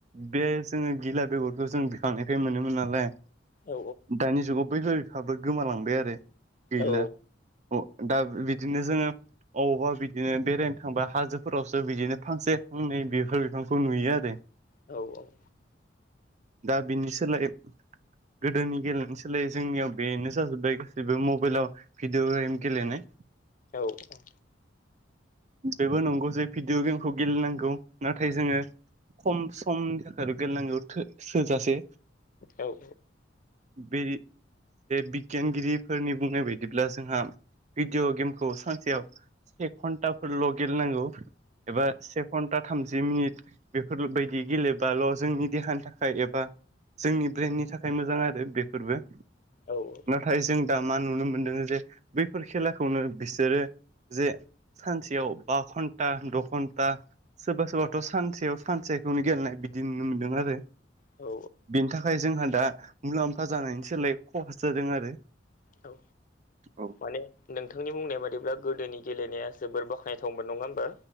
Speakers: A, on the right; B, on the left.
A: बे जोङो गिला बेगरखौ जों बिखांनिफ्राय मोनोमोन नालाय
B: औ
A: दानि जुगाव बैफा बिफाबो गोमालांबाय आरो। गैला
B: औ
A: अ द बिदिनो जोङो अबावबा बिदिनो बेरायनो थांब हाजोफोरावसो बिदिनो फांसे <unintelligible> नै बेफोर बिफांखौ नुयो आरो।
B: औ औ
A: दा बिनि सोलाय गोदोनि गेलेनो सोलायै जोंनियाव बेनो जाजोब्बाय गासैबो मबाइलाव भिडिअ गेम गेले नाय
B: औ औ।
A: बेबो नंगौ जे भिडिअ' गेमखौ गेलेनांगौ नाथाय जोङो खम समनि थाखाय गेलेनांगौ थोजासे।
B: औ
A: बे बिगियानगिरिफोरनि बुंनाय बायदिब्ला जोंहा भिडिअ' गेमखौ सानसेयाव से घन्टाफोरल' गेलेनांगौ एबा से घन्टा थामजि मिनिट बेफोरबायदि गेलेबाल' जोंनि देहानि थाखाय एबा जोंनि ब्रेननि थाखाय मोजां आरो बेफोरबो
B: औ औ।
A: नाथाय जों दा मा नुनो मोनदों जे बैफोर खेलाखौनो बिसोरो जे सानसेयाव बा घन्टा द' घन्टा सोरबा सोरबाथ' सानसेयाव सानसेखौनो गेलेनाय बिदि नुनो मोनदों आरो।
B: औ
A: बिनि थाखाय थाखाय जोंहा दा मुलाम्फा जानायनि सोलाय खहा जादों आरो।
B: औ
A: औ
B: माने नोंथांनि बुंनाय बादिब्ला गोदोनि गेलेनाया जोबोर बाख्नायथावमोन नङा ह होनोमबा